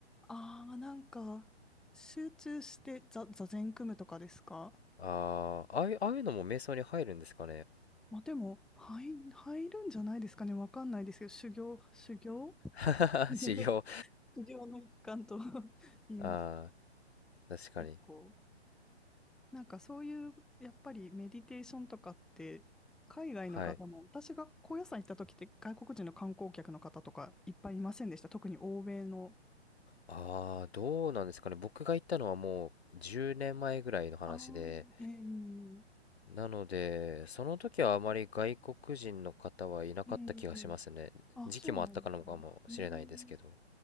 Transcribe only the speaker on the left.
あーああいう、ああいうのも瞑想に入るんですかね
<laughs>
修行
<laughs>
ああ、確かに。
はい。
ああ、どうなんですかね。僕が行ったのはもう10年前ぐらいの話で、
なので、その時はあまり外国人の方はいなかった気がしますね。
時期もあったかのかもしれないですけど。